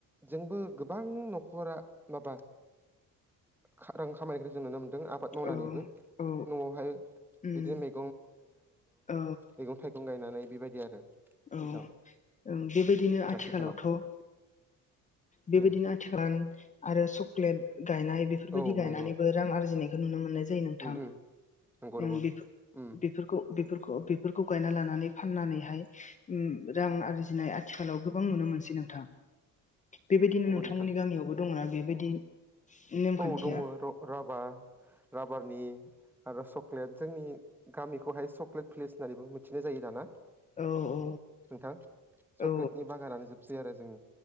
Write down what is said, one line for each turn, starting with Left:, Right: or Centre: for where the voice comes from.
Centre: जोंबो गोबां न'खरा माबा खा रां खामायग्रोन ओं नुनो दों आबाद मावनानैबो
Left: औ औ
Centre: न'आवहाय
Left: उम
Centre: बिदिनो
Left: औ
Centre: मैगं-थाइगं गायनानै बेबायदि आरो। नोंथां
Left: औ ओं बेबायदिनो आथिखालावथ
Centre: आथिखालाव
Left: ' बेबायदिनो
Centre: उम
Left: आथिखालान आरो चक्लेट गायनाय बेफोरबायदि
Centre: औ
Left: गायनानैबो
Centre: नंगौ
Left: रां आरजिनाय नुनो मोननाय जायो नोंथां
Centre: उम उम नंगौ नंगौ
Left: नों बे बेफोर
Centre: उम
Left: बेफोरखौ बेफोरखौ बेफोरखौ गायना लानानै फाननानैहाय उम रां आरजिनाय आथिखालाव गोबां नुनो मोनसै नोंथां। बेबायदिनो
Centre: नंगौ
Left: नोंथांमोननि
Centre: नोंथां
Left: गामियावबो दङना बेबायदि नेमखान्थिया
Centre: औ दङ राबार राबारनि आरो चक्लेट जोंनि गामिखौहाय सक्लेट पलेस होननानैबो मिथिनाय जायो दाना।
Left: औ औ
Centre: नोंथां चक्लेटनि
Left: औ
Centre: बागानानो जोबसै आरो जों